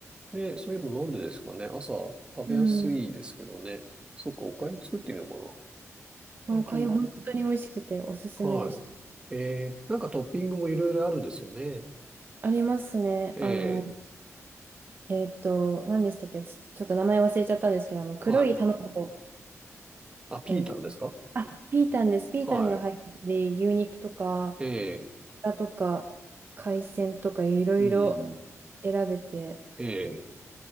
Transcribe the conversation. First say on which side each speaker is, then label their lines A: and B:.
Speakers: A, on the right; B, on the right.
A: で、そういえばなんでですかね。朝食べやすいですけどね。
B: うん。
A: そっか、お粥作ってみようかな。
B: まあお粥本当に美味しくておすすめでした。
A: 最近。はい。ええ、なんかトッピングもいろいろあるんですよね。
B: ありますね。
A: ええ。
B: あの、えっと、何でしたっけちちょっと名前忘れちゃったんですけど、あの、黒い卵、
A: はい。あ、ピータンですか
B: えーあ、ピータンです。ピータンが入ってたり、
A: は
B: 牛肉とか、
A: い。ええ。
B: 豚とか、海鮮とか、いろいろ
A: うん。
B: 選べて、
A: ええ。